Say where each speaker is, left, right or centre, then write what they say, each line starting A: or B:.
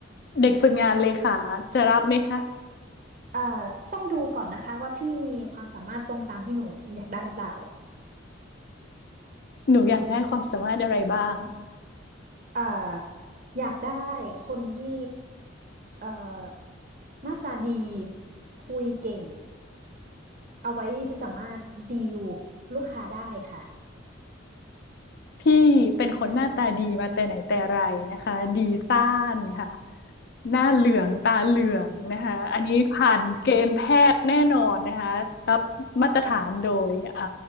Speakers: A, on the left (about 55°); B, on the right (about 40°).
A: เด็กฝึกงานเลขาจะรับไหมคะ
B: เอ่อต้องดูก่อนนะคะว่าพี่มีความสามารถตรงตามที่หนูอยากได้หรือเปล่า
A: หนูอยากได้ความสามารถอะไรบ้าง
B: เอ่ออยากได้คนที่เอ่อหน้าตาดีคุยเก่ง เอาไว้สามารถดีลลูกค้าได้ค่ะ
A: พี่เป็นคนหน้าตาดีมาแต่ไหนแต่ไรนะคะดีซ่านค่ะหน้าเหลืองตาเหลืองนะคะอันนี้ผ่านเกณฑ์แพทย์แน่นอนนะคะรับมาตรฐานโดยอ่า